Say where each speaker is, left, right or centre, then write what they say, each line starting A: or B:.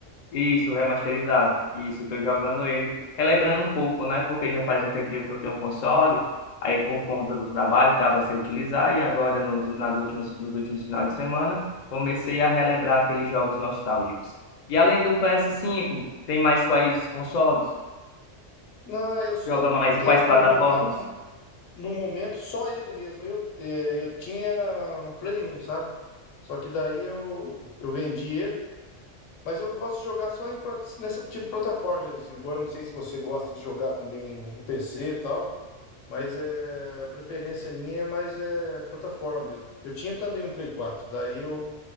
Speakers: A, on the left (about 50°); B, on the left (about 90°).
A: Isso, remasterizado. Isso, estou jogando ele, relembrando um pouco, né? Porque já faz um tempinho que eu tenho um console, aí por conta do trabalho estava sem utilizar, e agora nos, nas últimas, nos últimos finais de semana comecei a relembrar aqueles jogos nostálgicos. E além do PS5, tem mais quais consoles?
B: Não, eu,
A: Joga
B: eu
A: mais
B: tenho
A: em quais plataformas?
B: no momento, no, no momento só ele mesmo. Eu, é, eu tinha um Play um, sabe? Só que daí eu, eu vendi ele. Mas eu gosto de jogar só em, plat- nessa tipo de plataforma. mesmo, Assim. Agora eu não sei se você gosta de jogar também no PC e tal. Mas é, a preferência minha é mais é, plataforma mesmo. Eu tinha também um Play 4. daí eu